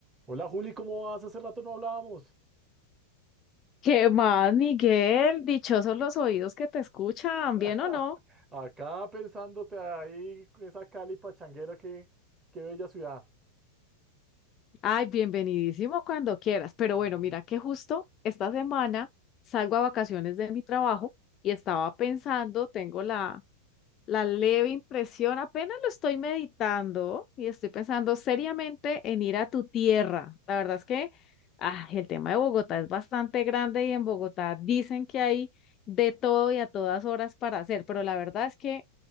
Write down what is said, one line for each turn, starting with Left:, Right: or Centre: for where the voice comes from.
Right: Hola Juli, ¿cómo vas? Hace rato no hablábamos.
Left: ¿Qué más, Miguel? Dichosos los oídos que te escuchan, ¿bien
Right: <laughs>
Left: o no?
Right: Acá pensándote ahí, con esa Cali pachanguera, qué, qué bella ciudad.
Left: Ay, bienvenidísimo cuando quieras. Pero bueno,
Right: No,
Left: mira que justo esta semana salgo a vacaciones de mi trabajo y estaba pensando, tengo la, la leve impresión, apenas lo estoy meditando y estoy pensando seriamente en ir a tu tierra. La verdad es que ah, el tema de Bogotá es bastante grande y en Bogotá dicen que hay de todo y a todas horas para hacer, pero la verdad es que...